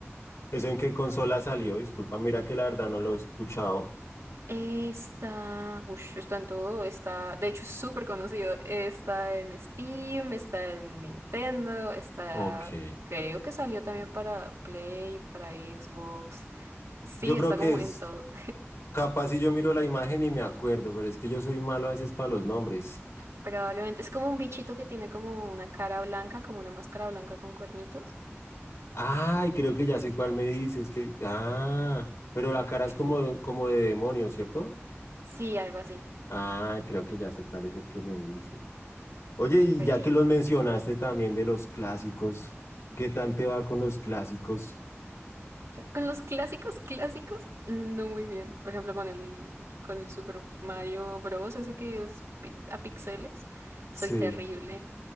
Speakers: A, on the left; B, on the right.
A: eso en qué consola salió? Disculpa, mira que la verdad no lo he escuchado.
B: Está, ush, está en todo, está, de hecho es súper conocido, está en Steam, está en Nintendo, está,
A: Ok.
B: creo que salió también para Play, para Xbox. Sí,
A: Yo creo
B: está
A: que
B: como
A: es
B: en todo.
A: capaz si yo miro la imagen y me acuerdo, pero es que yo soy malo a veces para los nombres.
B: Probablemente es como un bichito que tiene como una cara blanca, como una máscara blanca con cuernitos.
A: Ay, creo que ya sé cuál me dices, que, ah, pero la cara es
B: Ese.
A: como, como de demonio, ¿cierto?
B: Sí, algo así.
A: Ah, creo que ya sé cuál es el que me dices. Oye, y
B: Pero
A: ya
B: sí.
A: que los mencionaste también de los clásicos, ¿qué tal te va con los clásicos?
B: Con los clásicos, clásicos, no muy bien. Por ejemplo, con el, con el Super Mario Bros. Ese que es pi- a píxeles.
A: Sí.
B: Soy terrible.